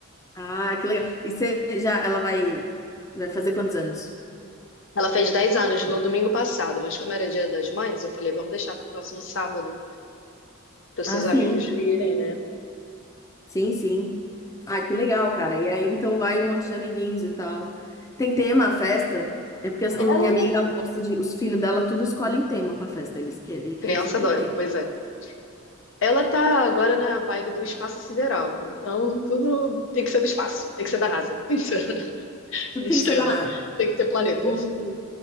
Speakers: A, on the left; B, on the left.
A: Ah, que legal. E você já, ela vai, vai fazer quantos anos?
B: Ela fez 10 anos no domingo passado, mas como era Dia das Mães, eu falei, vamos deixar para o próximo sábado, para os
A: Ah,
B: seus
A: sim.
B: amigos virem, né?
A: Sim, sim. Ah, que legal, cara. E aí, então, vai um monte de amiguinhos e tal. Tem tema a festa? É porque a minha
B: Ela,
A: amiga ela gosta de. Os filhos dela tudo escolhem tema pra festa. Eles que ele quer
B: criança
A: sempre
B: adora,
A: tema.
B: pois é. Ela tá agora na vibe do espaço sideral, então tudo tem que ser do espaço, tem que ser da NASA, <laughs> tem que ser <laughs>
A: Tudo
B: estrela,
A: tem que ser danado.
B: tem que ter planeta.
A: O-